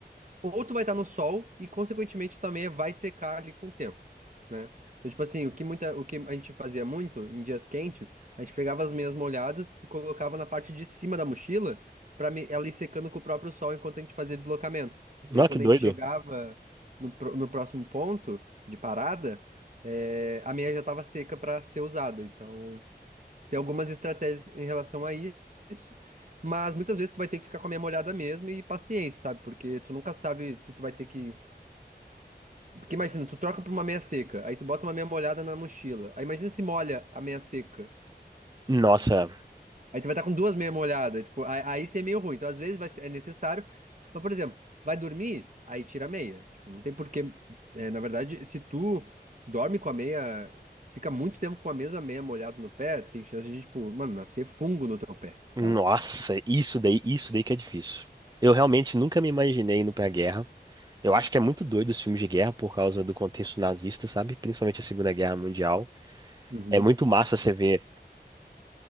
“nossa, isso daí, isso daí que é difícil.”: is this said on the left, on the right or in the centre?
Right